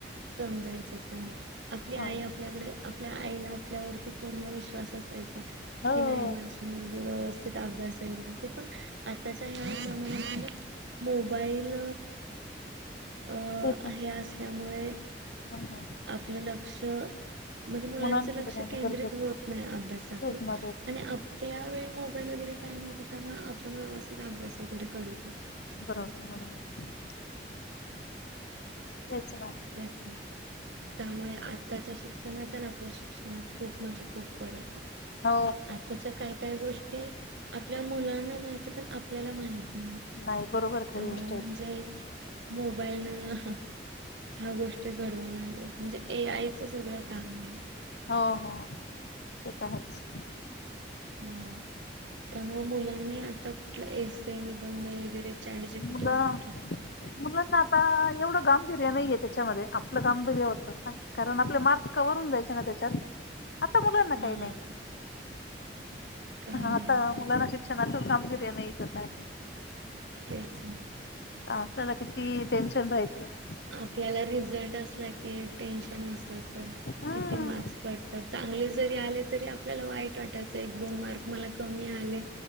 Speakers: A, on the right; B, on the left.
A: समजायचं पण. आपली
B: अं,
A: आई आपल्याकडे आपल्या आईला त्यावरती पूर्ण विश्वास असायचा.
B: हो
A: की नाही माझी मुलगी व्यवस्थित अभ्यास <unintelligible> ते पण आताच्या ह्या जमान्यामध्ये मोबाईल अ
B: तेच ना
A: आहे असल्यामुळे-
B: अं,
A: आपलं लक्ष- म्हणजे मुलांच
B: मुलांकडे
A: लक्ष
B: देणं
A: केंद्रित
B: गरजेचं
A: होत नाही अभ्यासाकडे.
B: तेच ना तेच ना
A: आणि आपल्या वेळी मोबाईल वगैरे काय नव्हतं. त्यामुळ आपण व्यवस्थित अभ्यास वगैरे करत होतो.
B: बरोबर बरोबर. तेच ना
A: तेच ना त्यामुळे आताच्या शिक्ष नातन आपल्या शिक्षणात खूप म्हणजे खूप फरक आहे.
B: हो
A: आताच्या काय काय गोष् ते आपल्या मुलांना माहिती पण आपल्याला माहित माहित.
B: नाही बरोबर खरी
A: एवढं
B: गोष्ट आहे
A: म्हणजे, मोबाईलनं अहं- गोष्टी घडवून आणल्यात. म्हणजे ए आयच सगळं काम आहे.
B: हो हो ते तर आहेच.
A: ह. त्यामुळे मुलांनी आता कुठला एसे, निबंध वगैरे, चाडीच्या पिठेवर
B: मुलं
A: टाकलं.
B: मुलांना आता एवढं गांभीर्य नाहीय त्याच्यामध्ये आपलं गांभीर्य हो सांग. कारण आपले मार्क्स कवर होऊन जायचे ना ते च्यात? आता मुलांना
A: हा
B: काही नाही,
A: काही
B: आता
A: नाही
B: मुलांना
A: हो
B: शिक्षणातून कामगिरी- ते. नाही तर काय
A: तेच <unintelligible>
B: आपल्याला किती टेनशन राहायच.
A: आपल्याला रिझल्ट असला की टेन्शन असायचं
B: हम्म
A: किती मार्क्स पडतात- चांगले जरी आले तरी आपल्याला वाईट वाटायचं एक दोन मार्क मला कमी आले.